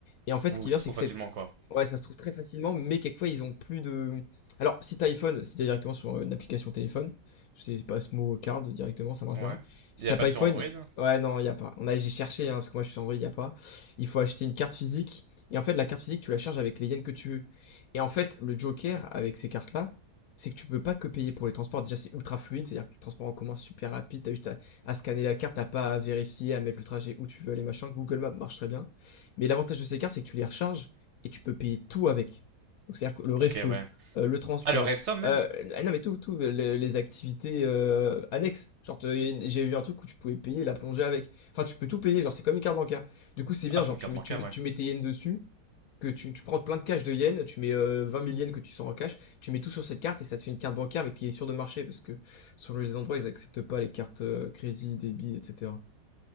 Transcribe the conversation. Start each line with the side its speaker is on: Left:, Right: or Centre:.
Left: Et en fait,
Right: Ouh,
Left: ce qui
Right: ça
Left: vient,
Right: se
Left: c'est
Right: trouve
Left: que
Right: facilement
Left: cette
Right: quoi.
Left: Ouais, ça se trouve très facilement, mais quelquefois ils ont plus de. Alors, si t'as iPhone, si t'es directement sur euh, une application téléphone, je sais pas ce mot card directement, ça marche
Right: Ouais.
Left: bien. Si
Right: Il
Left: t'as
Right: y a pas
Left: pas
Right: sur
Left: iPhone,
Right: Android?
Left: y- ouais, non, il y a pas. On a, j'ai cherché, hein, parce que moi je suis sur Android, il y a pas. Il faut acheter une carte physique, et en fait, la carte physique, tu la charges avec les yens que tu veux. Et en fait, le joker avec ces cartes-là, c'est que tu peux pas que payer pour les transports. Déjà, c'est ultra fluide, c'est-à-dire que le transport en commun c'est super rapide, t'as juste à, à scanner la carte, t'as pas à vérifier, à mettre le trajet où tu veux aller, machin. Google Maps marche très bien. Mais l'avantage de ces cartes, c'est que tu les recharges et tu peux payer tout avec. Donc, c'est-à-dire que le resto,
Right: Ok, ouais.
Left: euh, le transport,
Right: Ah, le resto même?
Left: euh, ah non mais tout, tout, les, les activités euh, annexes. Genre, te- y a une- j'ai vu un truc où tu pouvais payer la plongée avec. Enfin, tu peux tout payer, genre, c'est comme une carte bancaire. Du coup, c'est bien,
Right: Ah, c'est
Left: genre,
Right: une
Left: tu
Right: carte
Left: mets,
Right: bancaire,
Left: tu mets,
Right: ouais.
Left: tu mets tes yens dessus, que tu, tu prends plein de cash de yens, tu mets euh, 20 000 yens que tu sors en cash, tu mets tout sur cette carte et ça te fait une carte bancaire mais qui est sûre de marcher parce que sur les endroits, ils acceptent pas les cartes euh, crédit, débit, etc.